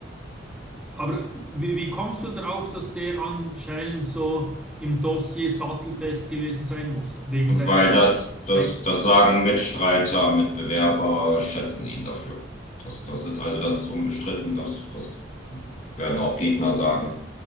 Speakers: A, in the centre; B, on the left.
A: Aber wie, wie kommst du darauf, dass der anscheinend so im Dossier sattelfest gewesen sein muss? Wegen
B: weil
A: seiner.
B: das, das,
A: weil-
B: das sagen Mitstreiter, Mitbewerber, schätzen ihn dafür. Das, das ist also, das ist unbestritten, das, das werden auch Gegner sagen.